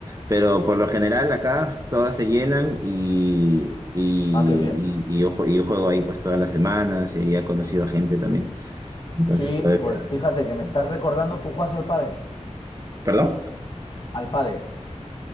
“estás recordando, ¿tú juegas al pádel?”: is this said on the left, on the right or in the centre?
Left